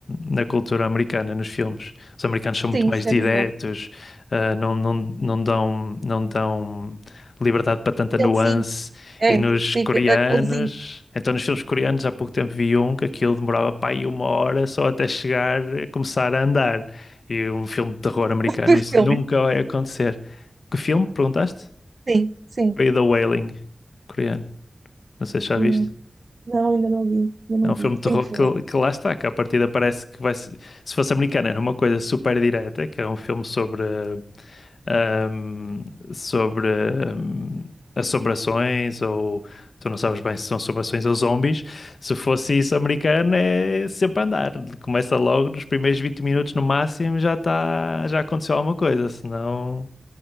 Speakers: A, on the left (about 80°); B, on the right (about 60°).
A: na cultura americana, nos filmes. Os americanos são muito
B: Sim,
A: mais
B: isso
A: diretos,
B: é verdade.
A: eh, não, não, não dão, não dão liberdade para tanta
B: Aqueles
A: nuance.
B: índices. É,
A: E nos
B: sim,
A: coreanos,
B: aqu- aqueles índices
A: então nos filmes coreanos, há pouco tempo vi um que aquilo demorava pá aí uma hora só até chegar a começar a andar. E um filme de terror americano,
B: do
A: isso
B: filme.
A: nunca vai acontecer. Que filme, perguntaste?
B: Sim, sim.
A: Foi The Wailing, coreano. Não sei se já
B: Hum,
A: viste.
B: Não, ainda não vi, ainda
A: É
B: não
A: um
B: vi.
A: filme de terror
B: Tenho que
A: que,
B: ver.
A: que lá está, que à partida parece que vai ser. Se fosse americano, era uma coisa super direta, que é um filme sobre, ahm, sobre ahm, assombrações, ou tu não sabes bem se são assombrações ou zombies. Se fosse isso americano, é sempre a andar. Começa logo nos primeiros 20 minutos no máximo, já está, já aconteceu alguma coisa, senão,